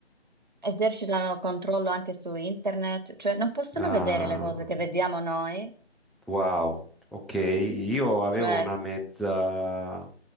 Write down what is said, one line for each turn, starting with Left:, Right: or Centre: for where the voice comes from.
Right: esercitano controllo anche su internet, cioè non possono
Centre: Ah,
Right: vedere le cose che vediamo noi,
Centre: wow, ok, io avevo
Right: cioè...
Centre: una mezza